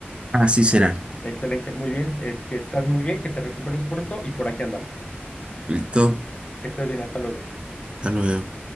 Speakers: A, on the right; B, on the left.
A: Así será.
B: Excelente, muy bien. Es que estás muy bien, que te recuperes pronto y por aquí andamos.
A: Listo,
B: Que estés bien, hasta luego.
A: hasta luego.